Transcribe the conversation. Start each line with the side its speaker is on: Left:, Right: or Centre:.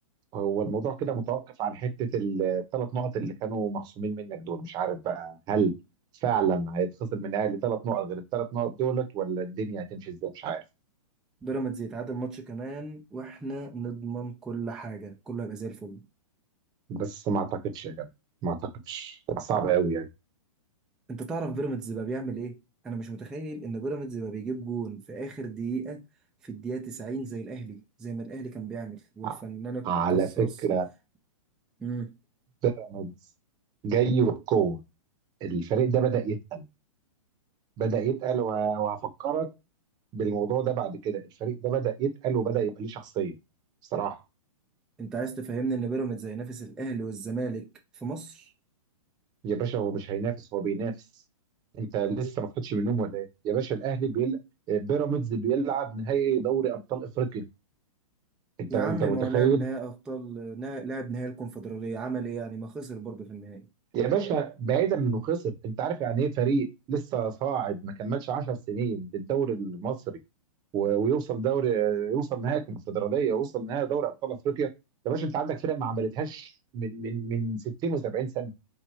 Right: هو الموضوع كده متوقف عن حتة الثلاث نقط اللي كانوا مخصومين منك دول مش عارف بقى هل فعلا هيتخصم من الاهلي ثلاث نقط غير الثلاث نقط دولت ولا الدنيا هتمشي ازاي مش عارف
Centre: بيراميدز يتعادل ماتش كمان واحنا نضمن كل حاجة كله هيبقى زي الفل
Right: بس ما اعتقدش يا جدع ما اعتقدش هتبقى صعبة قوي يعني
Centre: انت تعرف بيراميدز بقى بيعمل ايه؟ انا مش متخيل ان بيراميدز بقى بيجيب جون في اخر دقيقة في الدقيقة 90 زي الاهلي زي ما الاهلي كان بيعمل والفنان
Right: ع-
Centre: القصاص
Right: على فكرة
Centre: مم.
Right: بيراميدز جاي وبقوة الفريق ده بدأ يتقل بدأ يتقل وه- وهفكرك بالموضوع ده بعد كده الفريق ده بدأ يتقل وبدأ يبقى ليه شخصية بصراحة
Centre: انت عايز تفهمني ان بيراميدز هينافس الاهلي والزمالك في مصر؟
Right: يا باشا هو مش هينافس هو بينافس انت لسه ما صحيتش من النوم ولا ايه يا باشا الاهلي بيل... آه، بيراميدز بيلعب نهائي دوري ابطال افريقيا انت
Centre: يا
Right: انت
Centre: عم ما
Right: متخيل
Centre: هو لاعب نهائي ابطال نا- لاعب نهائي الكونفدراليه عمل ايه يعني ما خسر برضه في النهائي
Right: يا باشا بعيدا من انه خسر انت عارف يعني ايه فريق لسه صاعد ما كملش 10 سنين الدوري المصري و... ويوصل دوري يوصل نهائي الكونفدراليه ويوصل نهائي دوري ابطال افريقيا يا باشا انت عندك فرق ما عملتهاش من من من 60 و70 سنه